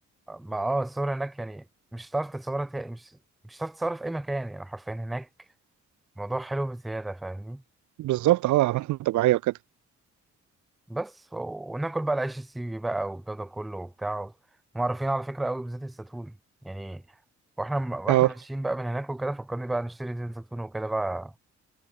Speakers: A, in the centre; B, on the right.
A: ما اه الصور هناك يعني مش هتعرف تتصورها تا- مش مش هتعرف تتصورها في اي مكان يعني حرفيا هناك الموضوع حلو بزياده فاهمني
B: بالظبط اه اماكن طبيعيه وكده
A: بس و... وناكل بقى العيش السيوي بقى والجو ده كله وبتاع هم عارفين على فكره قوي بزيت الزيتون يعني واحنا واحنا
B: اه
A: ماشيين بقى من هناك وكده فكرني بقى نشتري زيت زيتون وكده بقى